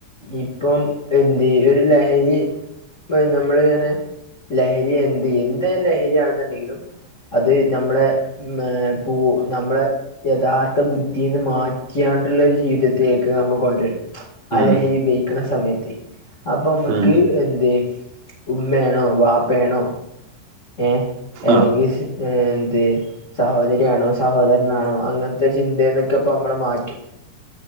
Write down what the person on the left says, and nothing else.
ഇപ്പം എന്ത് ഒരു ലഹരി നമ്മള് ഇങ്ങനെ ലഹരി എന്ത് എന്ത് ലഹരിയാണെന്നുണ്ടെങ്കിലും അത് നമ്മളെ ഉം പൂ നമ്മളെ യഥാർത്ഥ ബുദ്ധീന്ന് മാറ്റിയാണ്ടുള്ള ഒരു ജീവിതത്തിലേക്ക് നമ്മ കൊ ആ
ലഹരി ഉപയോഗിക്ക്ണ സമയത്ത് അപ്പൊ നമ്മക്ക്
എന്തേ ഉമ്മെണോ വാപ്പെണോ ഏ അല്ലെങ്കിൽ
എ എന്ത് സഹോദരിയാണോ സഹോദരനാണോ അങ്ങൻത്തെ ചിന്തെന്നൊക്കെ ഇപ്പോ നമ്മളെ മാറ്റും